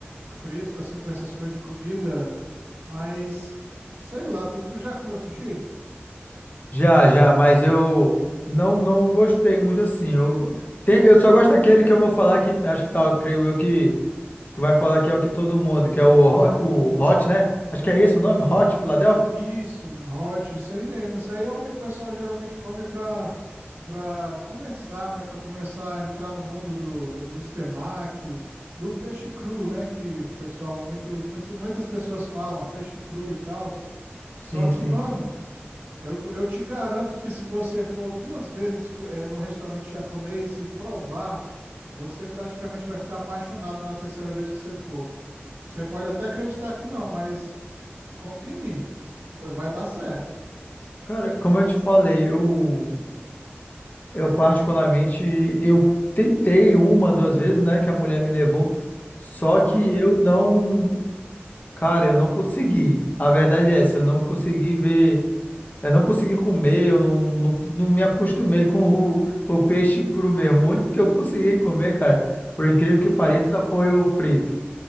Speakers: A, on the right; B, on the left.
A: fresco assim para essas coisas de comida. Mas, sei lá, tu, tu já comeu sushi?
B: Já, já, mas eu não não gostei muito assim. Eu, tem- eu só gosto daquele que eu vou falar que acho que tá, creio eu que tu vai falar que é o que todo mundo, que é o, Ho- o Hot, né? Acho que é esse o nome, Hot Philadelphia?
A: Isso, hot, isso aí mesmo. Isso aí é o que o pessoal geralmente come para para começar, né? Para começar a entrar no mundo do, dos temaki, do peixe cru, né? Que o pessoal, muito, muito, muitas pessoas falam, peixe cru e tal.
B: Sim,
A: Só que,
B: sim.
A: mano, eu, eu te garanto que se você for duas vezes co- eh, num restaurante japonês e provar, você praticamente vai ficar apaixonado na terceira vez que você for. Você pode até acreditar que não, mas confia em mim. Pô, Vai dar certo.
B: Cara, como eu te falei, eu Eu particularmente, eu tentei uma, duas vezes, né, que a mulher me levou, só
A: Aham.
B: que eu não, cara, eu não consegui. A verdade é essa, eu não consegui ver, eu não consegui comer, eu não, não, não me acostumei com o, o peixe cru mesmo. O único que eu consegui comer, cara, por incrível
A: Foi
B: que
A: o frito.
B: pareça, foi o frito,